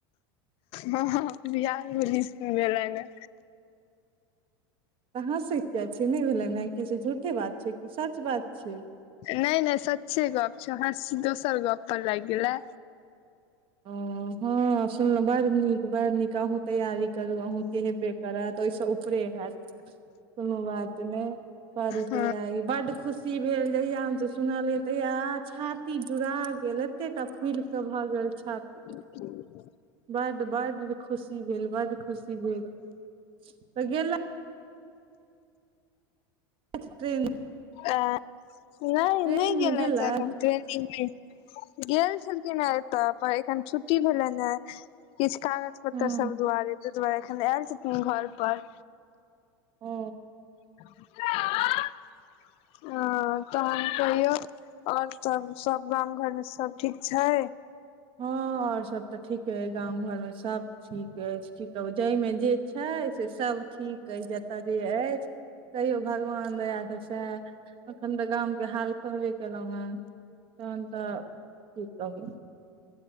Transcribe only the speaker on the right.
हंसै किया छियै, नहि भेलनि हे कि, से झूठे बात छै कि सच बात छै।
ओ हँ सुनलौं बड़ नीक बड़ नीक, अहूँ तैयारी करू अहूँके हेबे करत ओहिस उप परे हैत कोनो बात नहि, करू
तैयारी बड्ड खुशी शी भेल जहिया हमसब सुनलिय तहिया छाती जुड़ा गेल एते टा फुइल क भए गेल छ छाती
बड्ड बड्ड खुशी भेल बड्ड खुशी भेल त गेला <unintelligible> ट्रेन
ट्रेनिंग
मे
गेलथि
हँ
ओ
हँ और सभ तऽ ठीके अछि गाम घरमे, सभ ठीक अछि की कहू जैमे जे छै से सब ठीक अछि जतय जे अछि तैयो भगवान दया स त एखन तऽ गामके हाल कहबे केलहुंहैं तहन तऽ की कहू।